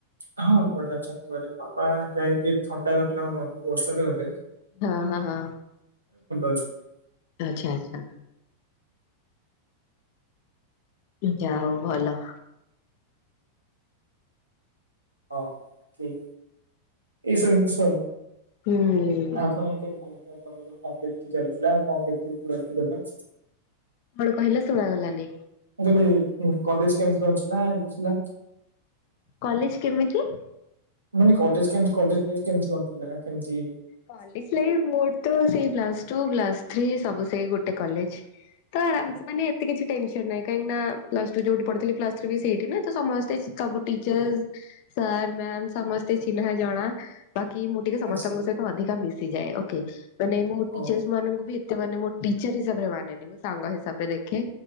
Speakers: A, on the right (about 80°); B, on the left (about 45°).
A: ହଁ ବଢିଆ ଅଛନ୍ତି ଘରେ, ବାପା ଏଇ ଟିକେ ଥଣ୍ଡା ଧରିଥିଲା ବାପାଙ୍କୁ ବର୍ଷା <unintelligible> ରେ
B: ହଁ, ହଁ, ହଁ
A: ଅଛନ୍ତି
B: ଆଚ୍ଛା, ଆଚ୍ଛା। ଯା ହଉ ଭଲ।
A: ହଁ କି ଏଇସବୁ ସ
B: ହୁଁ।
A: ଆପଣ ଆଉ କଣ କୁହନ୍ତୁ, ଆପଣଙ୍କର କଣ କେମିତି ଚାଲିଚି ଆଉ କଣ କେମିତି ପ୍ଲସ୍ ଟୁ କଟିଲା?
B: କଣ କହିଲେ ଶୁଣାଗଲାନି?
A: ମୁଁ କହିଲି ଉଁ, କଲେଜ୍ କେମିତି କଣ ଥିଲା ଇଏ ଥିଲା?
B: କଲେଜ୍ କେମିତି?
A: ମାନେ କଲେଜ୍ କେମତି କଲେଜ୍ ଲାଇଫ୍ କେମତି କଣ ଥିଲା କେମତି?
B: କଲେଜ୍ ଲାଇଫ୍ ମୋର ତ ସେଇ ପ୍ଲସ୍ ଟୁ ପ୍ଲସ୍ ଥ୍ରୀ ସବୁ ସେଇ ଗୋଟେ କଲେଜ୍। ତ ଆରାମସେ ମାନ ଏତେ କିଛି ଟେନସନ୍ ନାହିଁ, କାହିଁକି ନା ପ୍ଲସ୍ ଟୁ ଯୋଉଠି ପଢିଥିଲି ପ୍ଲସ୍ ଥ୍ରୀ ବି ସେଇଠି ନା ତ ସମସ୍ତେ ଚି ସବୁ ଟିଚର୍ ସାର୍ ମ୍ୟାମ୍ ସମସ୍ତେ ଚିହ୍ନା ଜଣା ବାକି ମୁଁ ଟିକେ ସମସ୍ତଙ୍କ
A: ଆଚ୍ଛା
B: ସହିତ ଅଧିକା ମିଶିଯାଏ ଓକେ। ମାନେ ମୁଁ ଟିଚର୍ସ
A: ଓହୋ
B: ମାନଙ୍କୁ ବି ଏତେ ମାନେ ମୋ ଟିଚର୍ ହିସାବରେ ମାନେନି ମୁଁ ସାଙ୍ଗ ହିସାବରେ ଦେଖେ।